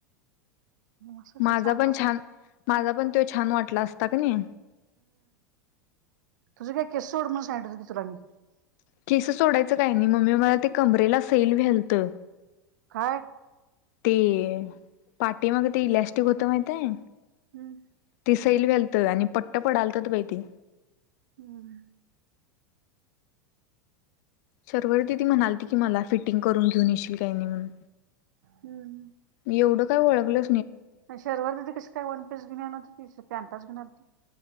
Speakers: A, on the right; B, on the left.
A: असं
B: माझा
A: का सांगालती
B: पण छान माझा पण तो छान वाटला असता का नाही.
A: तु काय केसो उड मन संड क तरणी
B: केस सोडायचं काय नाही मम्मी मला ते कमरेला सैल व्यालत.
A: काय
B: ते पाटी मग ते इलॅस्टिक होतं माहितय
A: हम्म
B: ते सैल वलत आणि पट्ट पडालत बाई ते
A: हम्म
B: शर्वरती ती म्हणालती की मला फिटिंग करून घेऊन येशील काय नाही म्हणून
A: हम्म हम्म
B: मी एवढं काय ळगलं
A: शर्ववर दिी कस काय वन पीस घेणारणार होती ति पॅन्टच घेणार होती